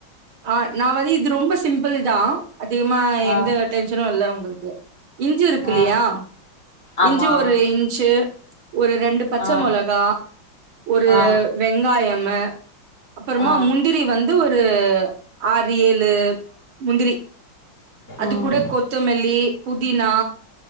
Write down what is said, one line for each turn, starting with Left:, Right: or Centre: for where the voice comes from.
Right: ஆ நா வழி இது ரொம்ப சிம்பிள் தான் அதிகமா
Left: ஆ
Right: எந்த டென்ஷனும் இல்ல உங்களுக்கு இஞ்சு இருக்குல்லையா
Left: ஆ ஆமா
Right: இஞ்சி ஒரு இன்ச்சு ஒரு ரெண்டு பச்ச
Left: ஆ
Right: மொளகா ஒரு
Left: ஆ
Right: வெங்காயம்மு அப்புறமா
Left: ஆ
Right: முந்தி ரி வந்து ஒரு ஆறு ஏழு முந்திரி அது
Left: ம்
Right: கூட கொத் கொத்தமல்லி புதினா